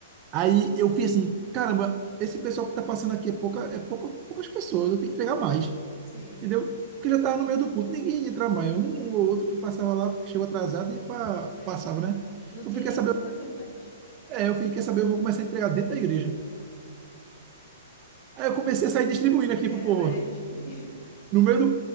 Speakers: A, on the right; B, on the left.
A: Aí eu fui assim, caramba, esse pessoal que tá passando aqui é pouca, é pouca, poucas pessoas, eu tenho que entregar mais,
B: Sim,
A: entendeu? Porque já tava no meio do culto, ninguém ia entrar mais. Um ou outro que passava lá, porque chegou atrasado e pa-
B: é.
A: passava, né?
B: Não
A: Eu
B: tinha
A: fiquei
B: nem
A: quer saber
B: o que fazer mais.
A: é, eu fiquei quer saber eu vou começar a entregar dentro da igreja. Aí eu comecei a sair distribuindo
B: Esse
A: aqui pro
B: é
A: povo.
B: herege. <laughs>
A: No meio do,